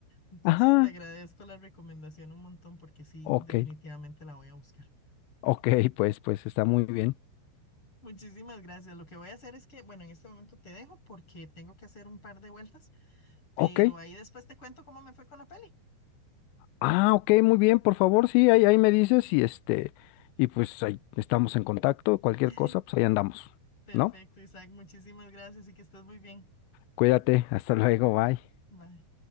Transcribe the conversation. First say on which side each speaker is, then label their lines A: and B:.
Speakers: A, on the left; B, on the left.
A: Entonces,
B: Ajá.
A: te agradezco la recomendación un montón porque sí,
B: Ok.
A: definitivamente la voy a buscar.
B: Ok, <laughs> pues, pues está muy bien.
A: Muchísimas gracias. Lo que voy a hacer es que, bueno, en este momento te dejo porque tengo que hacer un par de vueltas, pero
B: Ok.
A: ahí después te cuento cómo me fue con la peli.
B: Ah, ok, muy bien, por favor, sí, ahí, ahí me dices y este, y pues ahí estamos en contacto, cualquier
A: <laughs>
B: cosa, pues ahí andamos,
A: Perfecto,
B: ¿no?
A: Isaac. Muchísimas gracias y que estés muy bien.
B: Cuídate, hasta <laughs> luego, bye.
A: Bye.